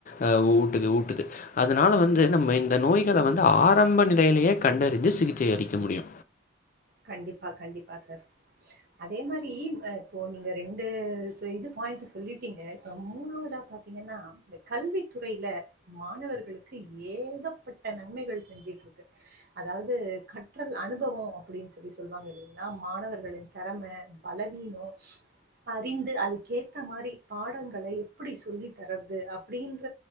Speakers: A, on the left; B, on the right.
A: அஹ் ஊட்டுது ஊட்டுது அதனால வந்து நம்ம இந்த நோய்களை வந்து ஆரம்ப நிலையிலயே கண்டறிந்து சிகிச்சை அளிக்க முடியு
B: கண்டிப்பா கண்டிப்பா சார் அதே மாரி அ இப்போ நீங்க ரெண்டு இதுப் பாயிண்டு சொல்லிட்டீங்க இப்ப மூணாவதா பாத்தீங்கன்னா இந்த கல்வி துறையில மாணவர்களுக்கு ஏகப்பட்ட நன்மைகள் செஞ்சுட்டு இருக்கு அதாவது கற்றல் அனுபவோ அப்டின்னு சொல்லி சொல்லுவாங்க இல்லிங்ளா மாணவர்களின் தெறம பலவீனோ அறிந்து அதுக்கேத்த மாரி பாடங்கள எப்டி சொல்லி தர்றது அப்டின்ற